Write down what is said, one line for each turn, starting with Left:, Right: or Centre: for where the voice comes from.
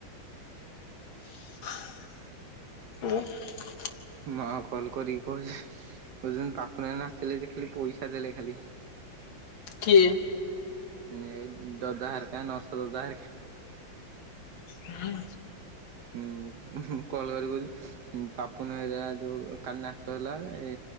Left: <unintelligible>
Right: ମା କଲ୍ କରିକି କହୁଚି <unintelligible> ପାପୁନା ନାଚିଲେ ଯେ ଖାଲି ପଇସା ଦେଲେ ଖାଲି
Left: କିଏ?
Right: ଏଇ ଦଦା ହରକା ନସ ଦଦାହାରକା।
Left: ହୁଁ।
Right: ହୁଁ କଲ୍ କରି କହୁିଚି ପାପୁନା ହେରା ଯୋଉ କାଲି ନାଚ ହେଲା ଏ